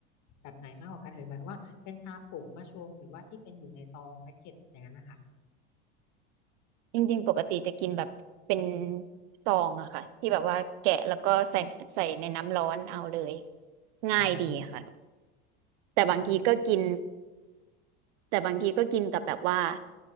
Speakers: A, on the left (about 50°); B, on the right (about 65°).
A: แบบไหนมากกว่ากันเอ่ยหมายความว่าเป็นชาผงมาชงหรือว่าที่เป็นอยู่ในซองแพ็กเกจอย่างนั้นนะคะ
B: จริงๆปกติจะกินแบบเป็นซองอะค่ะที่แบบว่าแกะแล้วก็ใส่ใส่ในน้ำร้อนเอาเลยง่ายดีค่ะ
A: อืม
B: แต่บางทีก็กิน
A: เนาะ
B: แต่บางทีก็กินกับแบบว่า